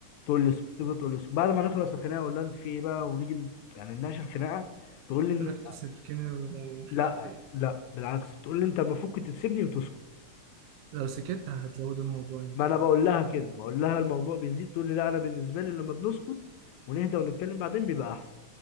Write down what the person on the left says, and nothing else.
تقول لي اسكت تفضل تقول لي اسكت بعد ما نخلص الخناقه اقول لها انت في ايه بقى ونيجي ن- يعني نناقش الخناقه تقول لي
إن-
لا
لا بالعكس بتقول لي انت المفروض كنت تسيبني وتسكت
ما انا بقول لها كده بقول لها الموضوع بيزيد تقول لي لا انا بالنسبه لي لما بنسكت ونهدى ونتكلم بعدين بيبقى احسن